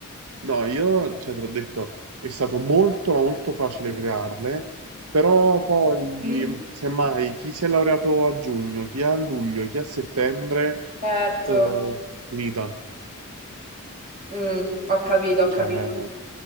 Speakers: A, on the right (about 85°); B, on the right (about 40°).
A: No, io, cioè, te l'ho detto, è stato molto, ma molto facile crearle, però poi,
B: Mhm.
A: semmai, chi si è laureato a giugno, chi a luglio, chi a settembre,
B: Certo.
A: eh, finita.
B: Mm, ho capito, ho capito.
A: Cioè,